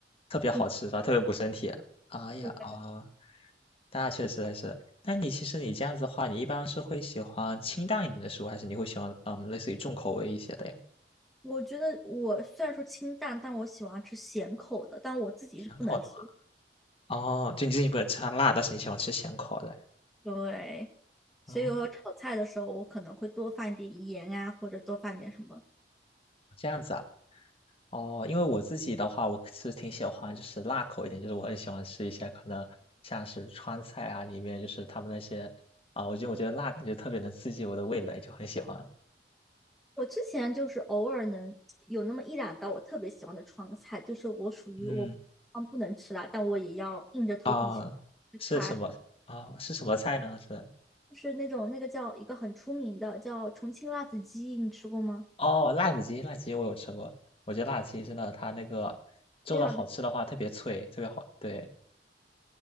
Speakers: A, on the left; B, in the centre.
A: 特别好吃是吧？
B: 嗯，
A: 特别补身体。哎呀哦，
B: 我
A: 那确实还是。那你其实你这样子的话，你一般是会喜欢清淡一点的食物，还是你会喜欢嗯类似于重口味一些的呀？
B: 我觉得我虽然说清淡，但我喜欢吃咸口的，但我自己是不能吃。
A: 咸口的嘛。哦，就你自己不能吃辣，但是你喜欢吃咸口的。
B: 对，所以有时候炒菜的时候，
A: 哦，
B: 我可能会多放一点盐啊，或者多放点什么。
A: 这样子啊。哦，因为我自己的话，我是挺喜欢就是辣口一点，就是我很喜欢吃一些可能像是川菜啊，里面就是他们那些啊，我觉得我觉得辣感觉特别能刺激我的味蕾，就很喜欢。
B: 我之前就是偶尔能有那么一两道我特别喜欢的川菜，就是我属于我嗯不能吃辣，
A: 嗯，
B: 但我也要硬着头皮去
A: 啊，
B: 吃它，
A: 是什么啊？是什么菜呢？是
B: 就是那种那个叫一个很出名的叫重庆辣子鸡，你吃过吗？
A: 哦，辣子鸡，辣子鸡我有吃过，我觉得辣子鸡真的它那个做的好吃的话特别脆，
B: 非常的，
A: 特别好。对，